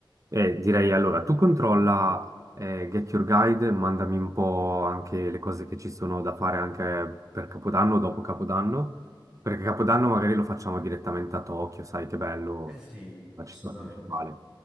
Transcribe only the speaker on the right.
Eh, direi allora, tu controlla eh, Get Your Guide, mandami un po' anche le cose che ci sono da fare anche per Capodanno, dopo Capodanno, perché Capodanno magari lo facciamo direttamente a Tokyo, sai che bello,
la
città principale.